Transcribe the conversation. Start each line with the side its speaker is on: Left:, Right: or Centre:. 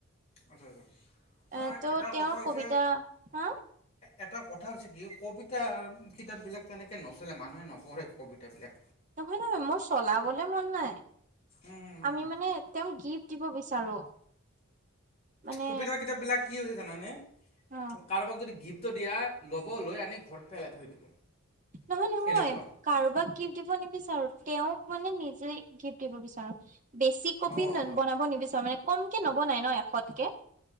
Left: আচ্ছা'-আচ্ছা'
Right: এ ত'
Left: এটা
Right: তেওঁৰ
Left: কথা হৈছে-
Right: কবিতা হা
Left: এটা কথা হৈছে কি কবিতা কিতাপবিলাক তেনেকৈ নচলে মানুহে নপঢ়ে কবিতাবিলাক।
Right: নহয় নহয় মোৰ চলাবলে মন নাই।
Left: উম উম
Right: আমি
Left: উম
Right: মানে তেওঁক গিফ্ট দিব বিচাৰো। মানে
Left: কবিতাৰ কিতাপ বিলাক কি হৈছে জানা নে
Right: অ
Left: কাৰোবাক যদি গিফ্ট গিফ্ট টো দিয়া ল'ব লৈ আনি ঘৰত পেলাই থৈ দিব।
Right: নহয় নহয়।
Left: এনেকুৱা
Right: কাৰোবাক গিফ্ট দিব নিবিচাৰো, তেওঁক মানে নিজে গিফ্ট দিব বিচাৰোঁ। বেছি কপি
Left: অঁ অঁ
Right: বনাব নিবিচাৰো মানে কমকে নবনাই ন এশতকে?